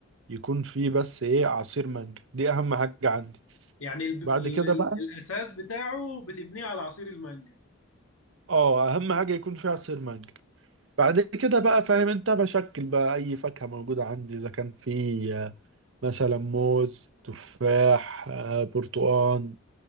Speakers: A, on the right; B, on the left.
A: يكون فيه بس ايه عصير مانجا دي اهم حاجة عندي
B: يعني ال
A: بعد
B: ال
A: كده بقى
B: الاساس بتاعه بتبنيه على عصير المانجا
A: اه اهم حاجة يكون فيه عصير مانجا بعد كده بقى فاهم انت بشكل بقى اي فاكهة موجودة عندي اذا كان فيه آه، مثلا موز تفاح آه، برتقال